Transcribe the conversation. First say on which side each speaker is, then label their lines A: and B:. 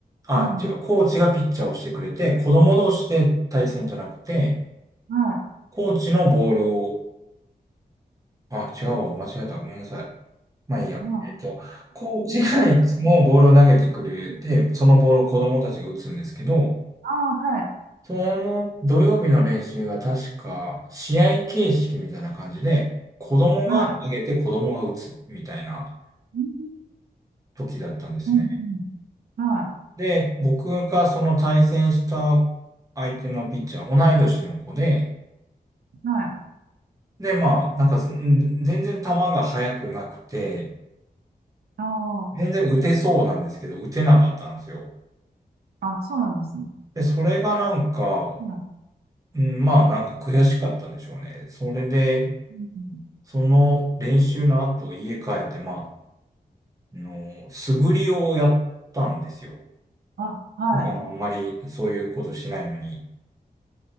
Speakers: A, on the right; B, on the right.
A: あ、
B: うん
A: 違う、コーチがピッチャーをしてくれて、子供同士で対戦じゃなくて、
B: は
A: コーチのボールを、あ、違うわ、間違えた、ごめんなさい。まあいいや。
B: い、はい。
A: えっと、コーチがいつもボールを投げてくれて、
B: <laughs> うんはい。
A: そのボールを子供たちが打つんですけど、
B: ああ、はい。
A: その土曜日の練習が確か試合形式みたいな感じで、子供が投げて子供が打つみたいな
B: はい。うん、
A: 時だったんですね。
B: うん、うんは
A: で、僕がその対戦した相手のピッチャー、同い年の子で、
B: い。はい。
A: で、まあ、なんかすん全然球が速くなくて、
B: あ
A: 全然打てそうなんですけど、打てなかったんですよ。
B: あ、あ、そうなんですね。
A: で、それがなんか、
B: はい。
A: うん、まあなんか悔しかったんでしょうね。それで、
B: うんうん
A: その練習の後家帰って、まあ、あの、素振りをやったんですよ。
B: あ、はい。
A: 普段あんまりそういうことしないのに、